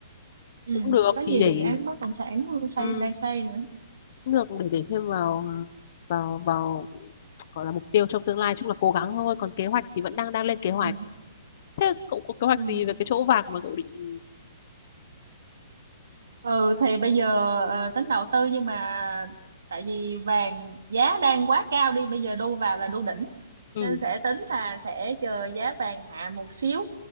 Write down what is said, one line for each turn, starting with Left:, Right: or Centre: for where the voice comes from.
Right: Ừ.
Left: cũng được
Right: có nhiều
Left: thì để
Right: dự án bất động sản xây
Left: ừ,
Right: đang xây nữa
Left: cũng được để để thêm vào vào vào gọi là mục tiêu trong tương lai chung là cố gắng thôi còn kế hoạch thì vẫn đang đang lên kế hoạch
Right: ừ.
Left: thế cậu có kế
Right: Ừ.
Left: hoạch gì về cái chỗ vàng mà cậu định
Right: ừ thì bây giờ ờ, tính đầu tư nhưng mà tại vì vàng giá đang quá cao đi bây giờ đu vào là đu đỉnh
Left: ừ
Right: nên sẽ tính là sẽ chờ giá vàng hạ một xíu